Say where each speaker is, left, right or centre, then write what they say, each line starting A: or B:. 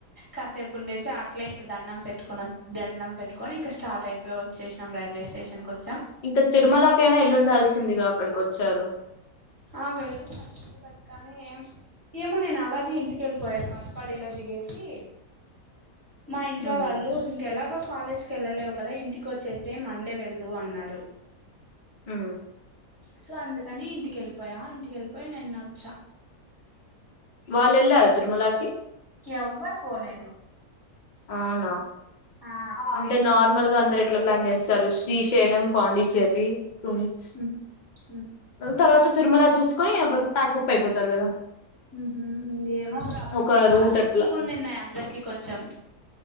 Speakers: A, on the left (about 20°); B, on the left (about 60°).
A: కాసేపు ఉండేసి అట్లే ఇంక దండం పెట్టుకనిచ్చ దండం పెట్టుకొని ఇంకా స్టార్ట్ అయిపోవచ్చు వచ్చేషినం రైల్వే స్టేషన్ కు వ
B: ఇంకా తిరుమలకైనా ఎల్లుండాల్సిందిగా అక్కడికి వచ్చారు
A: ఆ వెళ్ళుండాల్సింది బట్ కానీ ఏం ఏమో నేను అలాగే ఇంటికి వెళ్ళిపోయా కాట్పాడిలో ది గేసి మా ఇంట్లో
B: ఉమ్
A: వాళ్ళు ఇంకెలాగో కాలేజ్కి ఏళ్ళలేవు కదా ఇంటికి వచ్చేసేయి మండే వెళ్దువు అన్నారు
B: ఉ
A: సో అందుకని ఇంటికేళ్ళిపోయా ఇంటికెళ్ళిపోయి నిన్న వచ్చా
B: వాళ్ళు ఎల్లారా తిరుమలకి
A: ఎవ్వరు పోలేదు
B: అవునా
A: ఆ
B: అంటే నార్మల్గా అందరు ఎట్లా ప్లాన్ చేస్తారు శ్రీశైలం పాండిచెర్రీ టు మినిట్స్
A: ఉమ్ ఉమ్
B: ఆ తర్వాత తిరుమల చూసుకొని ఎవరు ప్యాకప్ అయిపోతారు కదా
A: ఉహు ఏమో బ్రో అప్పటికి
B: ఒక
A: కాళ్లు
B: రూట్
A: నొప్పులుగా
B: అట్లా
A: ఉన్నాయిమే అందరికి కొంచెం